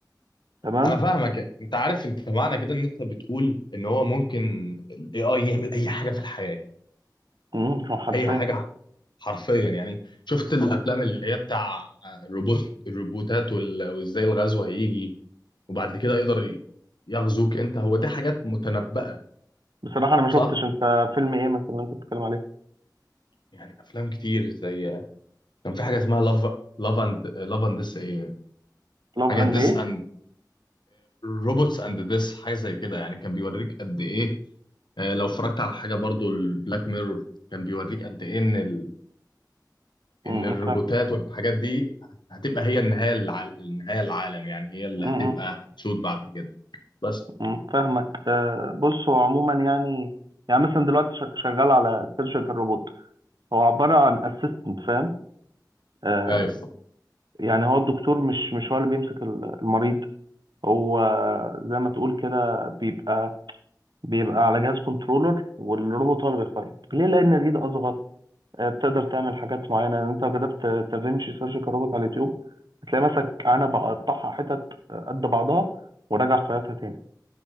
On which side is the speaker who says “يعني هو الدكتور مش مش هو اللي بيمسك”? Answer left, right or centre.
Right